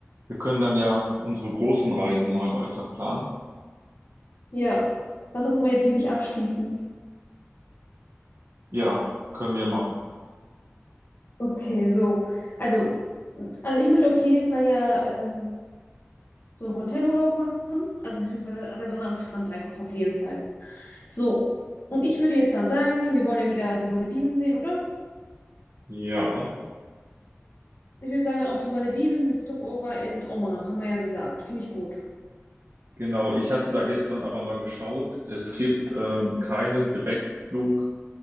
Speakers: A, on the right (about 55°); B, on the left (about 50°).
A: Wir können dann ja unsere großen Reisen mal weiter planen.
B: Ja, lass das mal jetzt wirklich abschließen.
A: Ja, können wir machen.
B: Okay, so. Also, also ich möchte auf jeden Fall ja ähm, so einen Hotelurlaub machen, also beziehungsweise an der Sonne am Strand einfach auf jeden Fall. So, und ich würde jetzt dann sagen, wir wollen ja wieder die Malediven sehen, oder?
A: Ja,
B: Ich würde sagen, dann auf die Malediven mit Stopover in Oman, haben wir ja gesagt. Finde ich gut.
A: genau. Ich hatte da gestern aber mal geschaut. Es gibt ähm, keinen Direktflug